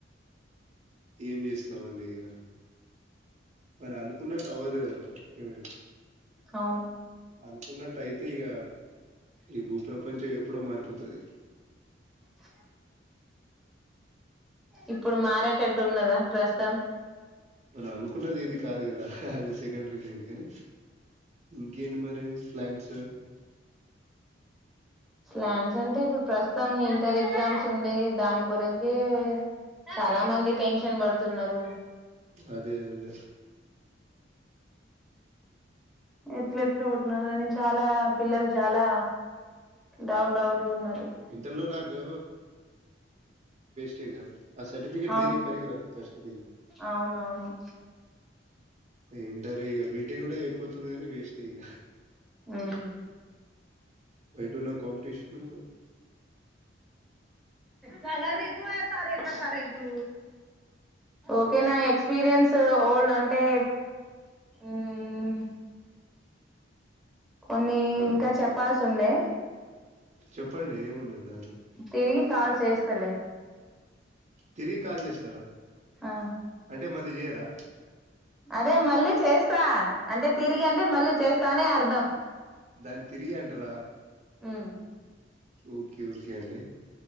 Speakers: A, on the right (about 40°); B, in the centre.
A: ఏం చేస్తామండి ఇక మన అనుకున్నట్టు అవ్వదు కదా ఏమైనా
B: అవును
A: అనుకున్నట్టు అయితే ఇగ ఈ భూప్రపంచం ఎప్పుడో మారిపోతది
B: అ ఇప్పుడు మారేటట్టు ఉన్నదా ప్రస్తుతం
A: మనం అనుకున్నది ఏది కాదు కదా అది సెకండరీ లేండి కని ఇంకేంటి మరి ప్లాన్స్
B: స్లాన్స్ అంటే ఇప్పుడు ప్రస్తుతం ఇంటర్ ఎగ్జామ్స్ ఉన్నాయి దాని గురించే చాలా మంది టెన్షన్ పడుతున్నారు
A: అదే అదే
B: ఎట్లెట్లో కాని చాలా పిల్లలు చాలా డౌట్ డౌడ్ ఉన్నారు
A: ఇంటర్‌లో నాకు టిగ ఆ సర్ఫికెట్
B: అవును
A: దేనికి పనికి రాదు ఫస్ట్ థింగ్
B: అవునవును
A: ఇంటరు ఇగ బీటి కూడా అయిపోతుంది గానీ వేస్ట్ ఇగ
B: ఉమ్.
A: వైటూలో కాంపిటీషన్
B: చలరిస్ూ ఎస్త రే రే గు ఓకే నా ఎక్స్పీరియన్స్ ఓల్డ్ అంటే ఊ మ్ కొన్ని ఇంకా చెప్పాల్సి ఉండే
A: చెప్పండి ఏమున్నది దాన్ని
B: తిరిగి కాల్ చేస్తలే
A: తిరిగి కాల్ చేస్తారా
B: ఆ
A: అంటే మళ్ళీ చేయరా
B: అదే మళ్ళీ చేస్తా అంటే తిరిగి అంటే మళ్ళీ చేస్తానే అర్ధం
A: దాన్ని తిరిగి అంటార
B: ఉమ్
A: ఓకే ఓకే అండి